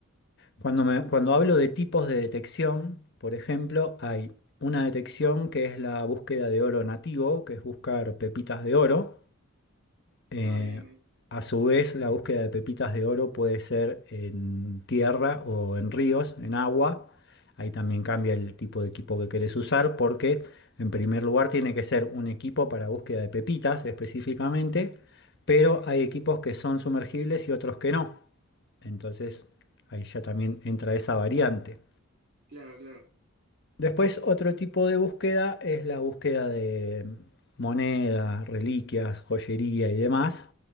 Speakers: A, on the left; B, on the right.
A: cuando me- cuando hablo de tipos de detección, por ejemplo, hay una detección que es la búsqueda de oro nativo, que es buscar pepitas de oro. Eh,
B: ah, bien, bien,
A: a su vez, la búsqueda de pepitas de oro puede ser en tierra o en ríos, en agua. Ahí también cambia el tipo de equipo que querés usar porque, en primer lugar, tiene que ser un equipo para búsqueda de pepitas específicamente, pero hay equipos que son sumergibles y otros que no. Entonces, ahí ya también entra esa variante.
B: claro, claro,
A: Después, otro tipo de búsqueda es la búsqueda de monedas, reliquias, joyería y demás,